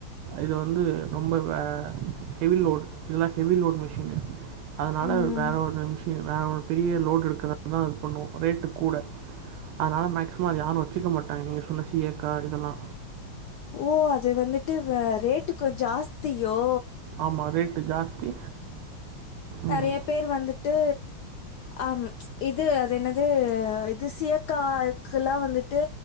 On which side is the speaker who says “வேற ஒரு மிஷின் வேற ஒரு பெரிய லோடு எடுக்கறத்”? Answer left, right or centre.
Right